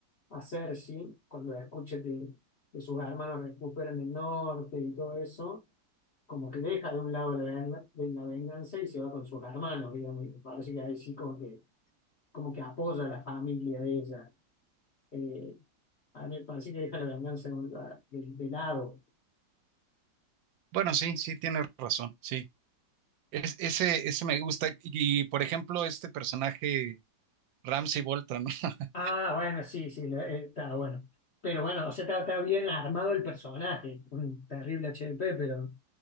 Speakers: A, on the left; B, on the right.
A: a Cersei, cuando escucha que, que sus hermanos recuperan el norte y todo eso, como que deja de un lado la, ven- de la venganza y se va con sus hermanos, digamos, y me parece que ahí sí como que, como que apoya a la familia de ella. Eh, a mí me parece que deja la venganza en un lugar- de, de lado.
B: Bueno, sí, sí, tienes razón, sí. Es- ese, ese me gusta. Y, por ejemplo, este personaje Ramsey Bolton, ¿no? <laughs>
A: Ah, bueno, sí, sí, la- eh, está bueno. Pero bueno, o sea, está, está bien armado el personaje, un terrible H D P pero...